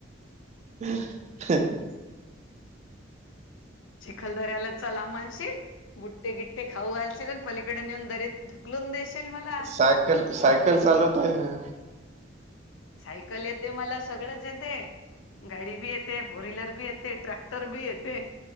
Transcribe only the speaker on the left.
चिखल दऱ्याला चला म्हणशील, बुट्टे गिट्टे खाऊ घालशील, आणि पलीकडे नेऊन दरीत ढक हकलून देशील मला.
सायकल येते, मला सगळंच येते. गाडी बी येते, फोर व्हीलर, बी येते ट्रॅक्टर बी येते.